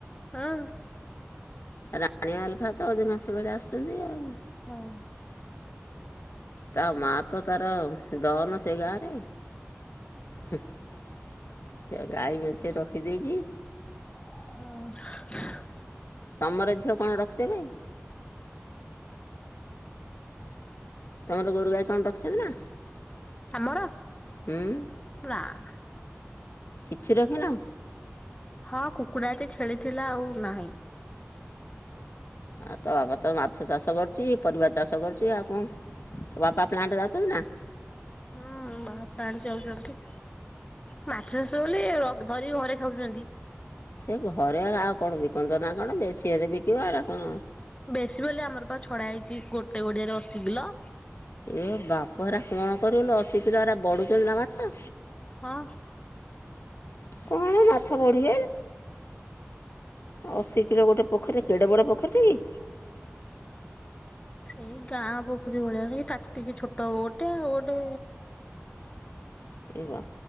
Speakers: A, on the left; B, on the left.
A: ହଁ।
B: ରାଣୀ ଆଲଫା ତ ଅଦିନାସି ବେଳେ ଆସୁଛନ୍ତି ଆଉ।
A: ହଁ।
B: ତା ମା ତ ତାର ଦନ ସେଇ ଗାଁରେ। ହୁଁ ସେ ଗାଈ ମେଞ୍ଚେ ରଖି ଦେଇଚି।
A: ହଁ।
B: ତମର ଝିଅ କଣ ରଖିଛବେ? ତମର ଗୋରୁ ଗାଈ କଣ ରଖିଛନ୍ତି ନା?
A: ଆମର
B: ହୁଁ
A: ନାଁ।
B: କିଛି ରଖିନ?
A: ହଁ କୁକୁଡ଼ା ଏତେ ଛେଳିଥିଲା ଆଉ ନାହିଁ।
B: ଆଉ ତ ବାବା ତ ମାଛ ଚାଷ କରୁଛି ପରିବା ଚାଷ କରୁଛି ଆଉ କଣ। ତୋ ବାପା ପ୍ଲାଣ୍ଟ ଯାଉଛନ୍ତି ନା?
A: ହୁଁ ବାହା ପ୍ଲାଣ୍ଟ ଯାଉଛନ୍ତି। ମାଛ ଚାଷ ବୋଲି ରକ୍ ଧରିକି ଘରେ ଖାଉଛନ୍ତି।
B: ସେ ଘରେ ଆଉ କଣ ବିକନ୍ତ ନା କଣ ବେଶି ହେନେ ବିକିବ ଏରା କଣ।
A: ବେଶୀ ବୋଲି ଆମର ପା ଛଡ଼ା ହେଇଚି ଗୋଟେ ଗଡ଼ିଆରେ ଅଶ କିଲ।
B: ଏ ବାପ ଏରା କଣ କରିବଲୋ ଅଶୀ କିଲୋ ଏରା ବଡ଼ୁଛନ୍ତି ନା ମାଛ?
A: ହଁ।
B: କଣ ମାଛ ବଢ଼ିବେ? ଅଶୀ କିଲୋ ଗୋଟେ ପୋଖରୀ କେଡେ ବଡ଼ ପୋଖରୀ କି?
A: ସେଇ ଗାଁ ପୋଖରୀ ଭଳିଆ ତା ଠୁ ଟିକେ ଛୋଟ ହବ ଗୋଟେ ଆଉ ଗୋଟେ
B: ଏ ବା